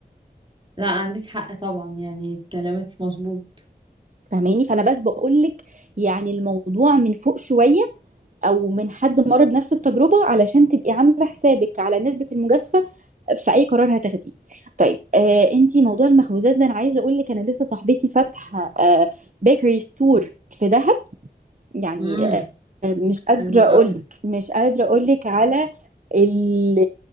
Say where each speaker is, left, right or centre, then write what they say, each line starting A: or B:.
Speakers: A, on the right (about 30°); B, on the right (about 50°).
A: لا عندك حق طبعا يعني كلامك مظبوط
B: فاهماني فانا بس بقول لك يعني الموضوع من فوق شويه او من حد مر بنفس التجربه علشان تبقي عامله حسابك على نسبه المجازفه في اي قرار هتاخديه طيب آه انتي موضوع المخبوزات ده انا عايزه اقول لك انا لسه صاحبتي فاتحه آه بيكري ستور في دهب يعني
A: امم
B: آه، مش قادرة
A: حلو
B: أقولك
A: قوي
B: مش قادرة أقولك على ال-